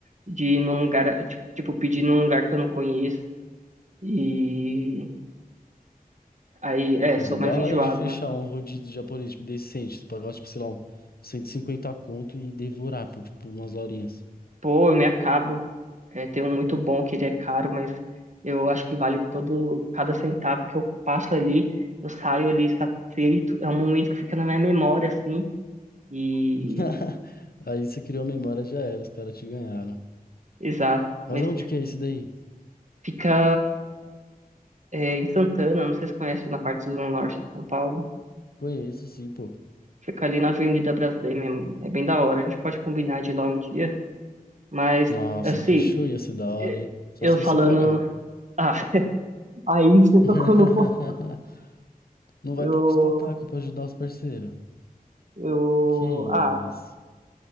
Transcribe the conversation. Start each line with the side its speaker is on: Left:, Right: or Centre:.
Right: de ir num lugar, tipo, tipo, pedir num lugar que eu não conheço. E aí, é,
Left: Mas
Right: sou
Left: é da
Right: mais
Left: hora
Right: enjoado,
Left: de fechar
Right: né?
Left: um rodízio japonês, tipo, decente. Você Pagar, tipo, sei lá, um 150 conto e devorar por, tipo, umas horinhas.
Right: Pô, eu me acabo. É, tem um muito bom que ele é caro, mas eu acho que vale todo, cada centavo que eu passo ali, eu saio ali satisfeito. É um momento que fica na minha memória, assim, e
Left: <laughs> Aí você criou a memória, já era, os caras te ganharam.
Right: exato.
Left: Mas
Right: Mas
Left: onde que é esse daí?
Right: fica é, em Santana, não sei se conhece na parte do Zona Norte de São Paulo.
Left: Conheço, sim, pô.
Right: Fica ali na Avenida Brasileira, mesmo. é bem da hora. A gente pode combinar de ir lá um dia, mas
Left: Nossa,
Right: assim,
Left: fechou, ia ser da hora,
Right: é,
Left: hein? Só
Right: eu
Left: se
Right: falando.
Left: você pagar.
Right: Ah, <laughs> aí você tocou
Left: <laughs>
Right: no ponto.
Left: Não
Right: Eu,
Left: vai estar com os patacos pra ajudar os parceiros.
Right: eu,
Left: Que
Right: ah,
Left: isso.